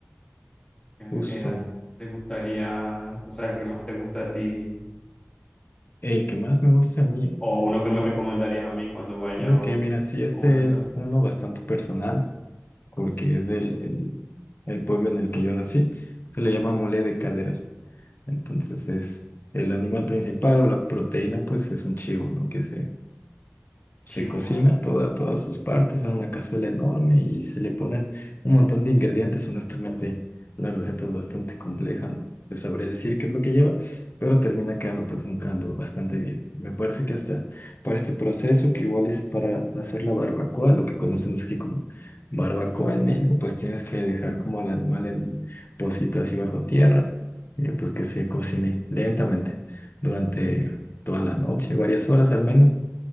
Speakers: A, on the left; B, on the left.
A: es,
B: Justo
A: es a- te gustaría, o sea, el que más te gusta a ti,
B: el que más me gusta a mí.
A: o uno que me recomendarías a mí cuando vaya
B: Ok,
A: a un,
B: mira, sí, este
A: a un restaurante
B: es uno bastante personal, porque es del el, el pueblo en el que yo nací. Se le llama mole de cadera. Entonces es el animal principal o la proteína, pues es un chivo, ¿no? Que se se
A: chivo,
B: cocina
A: ¿vale?
B: toda, todas sus partes en una cazuela enorme y se le ponen un montón de ingredientes. Honestamente, la receta es bastante compleja, no te sabría decir qué es lo que lleva, pero termina quedando pues un caldo bastante bien. Me parece que hasta para este proceso, que igual es para hacer la barbacoa, lo que conocemos aquí como barbacoa en México, pues tienes que dejar como al animal en pocito así bajo tierra, y pues que se cocine lentamente durante toda la noche, varias horas al menos